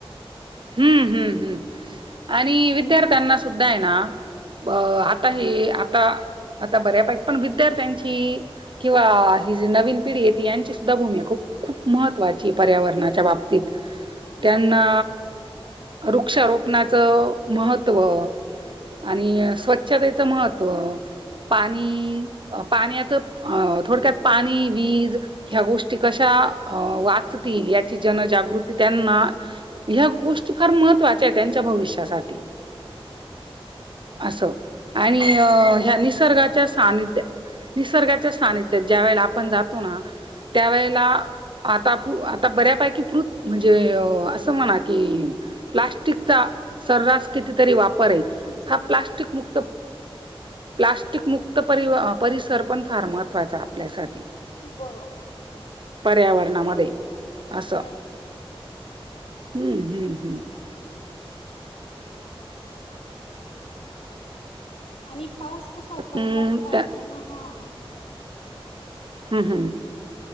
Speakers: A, on the right; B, on the left.
A: हम्म हम्म हम्म आणि विद्यार्थ्यांना सुद्धा आहे ना अ आता हे आता आता बऱ्यापैकी पण विद्यार्थ्यांची किंवा ही जी नवीन पिढीेत यांची सुद्धा भूमिका खूप खूप महत्त्वाची पर्यावरणाच्या बाबतीत त्यांना
B: बरोबर
A: वृक्षारोपणाचं महत्त्व आणि स्वच्छतेच महत्त्व पाणी पाण्याच अ थोडक्यात पाणी वीज ह्या गोष्टी कशा वा चावयाची जनजागृती त्यांना ह गोष्टी फार मह त्वाच्या आहे त्यांच्या भविष्यासाठी. असं आणि
B: हो ना
A: ह्या निसर्गाच्या
B: तेच
A: सानिध्या निसर्गाच्या सानिध्यत ज्या वेळेला आपण जातो ना त्यावेेळेला आता आता बऱ्यापैकी प्रृथ
B: फोन
A: म्हणजे
B: पे कर देते
A: असं
B: फोन
A: म्हणा की
B: पे कर.
A: प्लास्टिक चा
B: हो
A: सर्रास
B: का?
A: किती तरी वापर आहे
B: तुमचा
A: हा
B: नंबर
A: प्लास्टिक क मुक्त प्लास्टिक मुक्त परिसर पण फार महत्वाचा आपल्यासाठी.
B: बरोबर!
A: पर्यावरणामध्ये अस
B: <unintelligible>
A: हम्म हम्म हम्म.
B: आणि पाऊस कसा उकडलाच
A: हम्म
B: पाहिजे
A: त्या
B: ना हा हां.
A: ह् हम्,